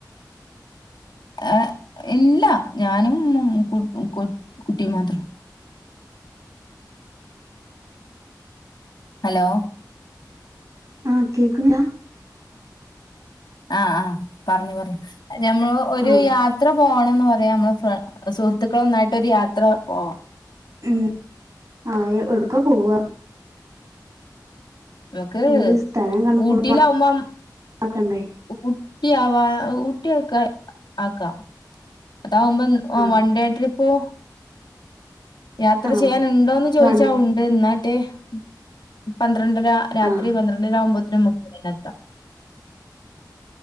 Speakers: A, on the left; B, on the right.
A: ഏർ ഇല്ല ഞാനും മ് മ് കു കു കുട്ടിയും മാത്രം ഹലോ
B: ആഹ് കേക്ക് താ
A: ആഹ് ആഹ് പറഞ്ഞു പറഞ്ഞു ഞമ്മൾ ഒരു
B: ആഹ്
A: യാത്ര പോണംന്ന് പറയാ നമ്മള് സുഹൃത്തുക്കള് ഒന്നായിട്ടൊരു യാത്ര പോവാം
B: ഉം ആ എടുക്ക പോവാ
A: നമുക്ക്
B: ഇത് സ്ഥലം കൺഫേം
A: ഊട്ടിയിലാവുമ്പം
B: ആക്കണ്ടേ
A: ഊട്ടിയാവാ ഊട്ടിക്കെ ആക്കാം അതാകുംമ്പോ
B: ആഹ്
A: വൺണ്ടേ ട്രിപ്പോ യാത്ര
B: ആഹ്
A: ചെയ്യാാനുണ്ടോന്ന് ചോദിച്ചാ
B: വൺ
A: ഉണ്ട് എന്നാട്ട് പന്ത്ര പന്ത്രണ്ടര രാത്രി
B: ആഹ്
A: പന്ത്രണ്ടരവുമ്പോത്തിനന് മുപ്പതിനന എത്താം